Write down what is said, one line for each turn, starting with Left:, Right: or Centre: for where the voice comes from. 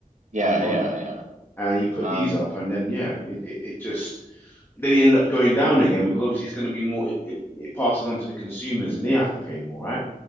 Right: Yeah,
Left: on on
Right: yeah, yeah.
Left: and he put these
Right: Um,
Left: up and then yeah it, it, it just then he ended up going down again because obviously it's going to be more it, it, it passes on to the consumers and they have to pay more right